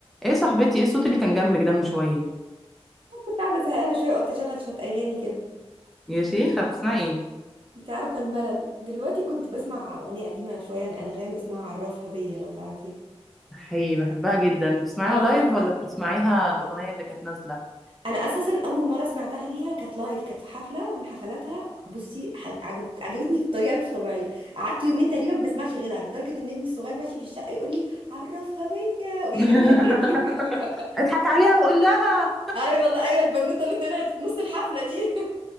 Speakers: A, in the centre; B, on the right.
A: ايه صاحبتي ايه الصوت اللي كان جنبك ده من شوية
B: كنت قاعدة زهقانة شوية قلت أشغل شوية أغاني كده
A: يا شيخة بتسمعي ايه
B: أنت عارفة الملل دلوقتي كنت بسمع أغنية قديمة شوية لأنغام اسمها عرفها بيا لو تعرفيها
A: حي بحبها جدا بتسمعيها
B: اه
A: لايف ولا بتسمعيها الأغنية اللي كانت نازلة
B: أنا أساسا أول مرة سمعتها ليها كانت لايف كانت في حفلة من حفلاتها بصي حاج- عجبت عجبتني بطريقة مش طبيعية قعدت يومين تقريبا ما بسمعش غيرها لدرجة إن ابني الصغير ماشي في الشقة يقول لي عرفها بيا ويغنيها
A: <laughs>
B: لي <laughs>
A: اضحك عليها وقول لها
B: أيوة والله أيوة البنوتة اللي طلعت في نص الحفلة دي